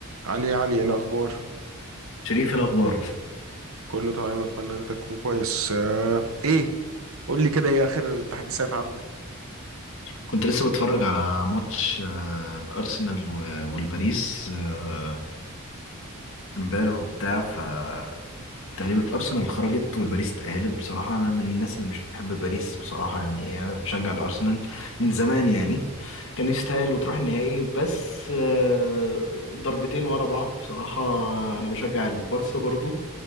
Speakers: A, on the right; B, on the left.
A: علي يا علي ايه الاخبار
B: شريف إيه الأخبار
A: كله تمام اتمنى انت تكون كويس آه ايه قول لي كده ايه اخر التحديثات عندك
B: كنت لسه بتفرج على ماتش آه، الأرسنال و- والباريس آه، امبارح وبتاع فتقريبا الأرسنال خرجت والباريس اتأهلت بصراحة أنا من الناس اللي مش بتحب الباريس بصراحة يعني آه، بشجع الأرسنال
A: مهم.
B: من زمان يعني كان يستاهل وتروح النهائي بس آه، ضربتين ورا بعض بصراحة أنا بشجع البارسا برضو